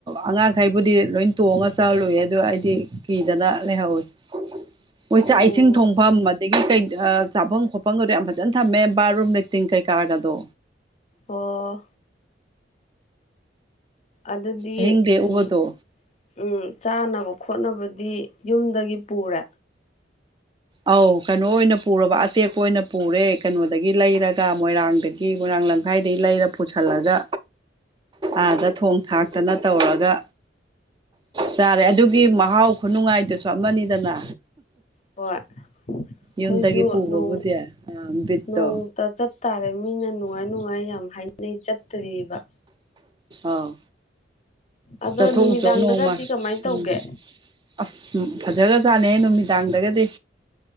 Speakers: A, on the right (about 25°); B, on the left (about 35°).
A: ꯑꯉꯥꯡꯈꯩꯕꯨꯗꯤ ꯂꯣꯏ ꯇꯣꯡꯉꯒ ꯆꯥꯔꯨꯏꯦ ꯑꯗꯣ ꯑꯩꯗꯤ ꯀꯤꯗꯅ ꯂꯩꯍꯧꯋꯤ ꯃꯣꯏ ꯆꯥꯛ
B: ꯎꯝ
A: ꯏꯁꯤꯡ ꯊꯣꯡꯐꯝ ꯑꯗꯒꯤ ꯀꯩ ꯆꯥꯐꯝ ꯈꯣꯠꯄꯝꯒꯗꯣ ꯌꯥꯝ ꯐꯖꯟ ꯊꯝꯃꯦ ꯕꯥꯠꯔꯨꯝ ꯂꯩꯇꯤꯟ ꯀꯩꯀꯥꯒꯗꯣ
B: ꯑꯣ ꯑꯗꯨꯗꯤ
A: ꯑꯍꯤꯡ ꯂꯦꯛꯎꯕꯗꯣ
B: ꯎꯝ ꯎꯝ ꯆꯥꯅꯕ ꯈꯣꯠꯅꯕꯗꯤ ꯌꯨꯝꯗꯒꯤ ꯄꯨꯔꯦ
A: ꯑꯧ ꯀꯩꯅꯣ ꯑꯣꯏꯅ ꯄꯨꯔꯕ ꯑꯇꯦꯛꯄ ꯑꯣꯏꯅ ꯄꯨꯔꯦ ꯀꯩꯅꯣꯗꯒꯤ ꯂꯩꯔꯒ ꯃꯣꯏꯔꯥꯡꯗꯒꯤ ꯒꯤ ꯃꯣꯢꯔꯥꯡ ꯂꯝꯈꯥꯏꯗꯩ ꯂꯩꯔ ꯄꯨꯁꯜꯂꯒ ꯑꯥꯗ ꯊꯣꯡ ꯊꯥꯛꯇꯅ ꯇꯧꯔꯒ ꯆꯥꯔꯦ ꯑꯗꯨꯒꯤ ꯃꯍꯥꯎ ꯈꯨꯅꯨꯡꯉꯥꯏꯗꯨꯁꯨ ꯑꯃꯅꯤꯗꯅ
B: ꯍꯣꯏ ꯑꯩꯈꯣꯏꯁꯨ
A: ꯌꯨꯝꯗꯒꯤ ꯄꯨꯕꯕꯨꯗꯤ
B: ꯅꯣꯡ
A: ꯕꯤꯠꯇꯣ
B: ꯅꯣꯡ ꯆꯠ ꯇꯥꯔꯦ ꯃꯤꯅ ꯅꯨꯡꯉꯥꯏ ꯅꯨꯡꯉꯥꯏ ꯌꯥꯝꯅ ꯍꯥꯏ ꯅꯤ ꯆꯠꯇꯨꯔꯤꯕ꯫
A: ꯑꯧ
B: ꯑꯗꯣ
A: ꯆꯠꯊꯣꯛꯎꯆꯣ
B: ꯅꯨꯃꯤꯗꯥꯡꯗꯒꯗꯤ
A: ꯅꯣꯡꯃ
B: ꯀꯃꯥꯏꯅ ꯇꯧꯒꯦ꯫
A: ꯎꯝ ꯑꯁ ꯐꯖꯔ ꯆꯥꯅꯩ ꯅꯨꯃꯤꯗꯥꯡꯗꯒꯗꯤ꯫